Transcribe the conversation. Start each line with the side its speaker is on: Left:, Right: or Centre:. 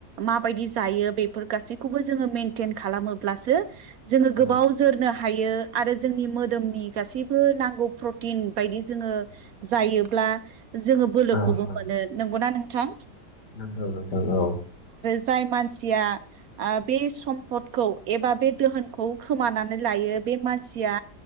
Right: माबादि जायो बे बेफोर गासैखौबो जोङो मेनटेइन खालामोब्लासो जोंङो गोबाव
Left: औ
Right: जोरनो हायो आरो जोंनि मोदोमनि गासैबो नांगौ प्रटिन बायदि जोङो जायोब्ला जोङो बोलोखौबो
Left: औ औ
Right: मोनो नंगौना नोंथां?
Left: नंगौ नोंथां औ
Right: जाय मानसिया ओ बे सम्पदखौ एबा बे दोहोनखौ खोमानानै लायो बे मानसिया